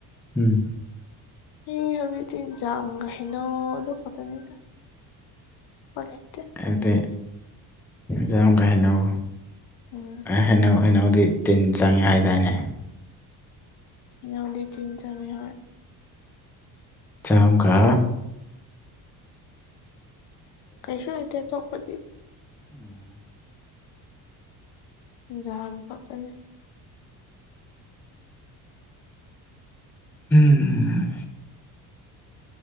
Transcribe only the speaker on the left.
ꯍꯩ ꯍꯧꯖꯤꯛꯇ ꯖꯥꯝ ꯍꯥꯏꯅꯧꯗꯨ ꯀ ꯇꯅꯤꯗ ꯍꯧꯖꯤꯛꯇꯤ꯫
ꯎꯝ
ꯍꯩꯅꯧꯗꯤ ꯇꯤꯟ ꯆꯪꯉꯤ ꯍꯣꯏ꯫
ꯀꯩꯁꯨ ꯍꯥꯏꯥꯏꯇꯦ ꯆꯧꯄꯗꯤ
ꯏꯟꯖꯥꯡ ꯈꯛꯇꯅꯤ꯫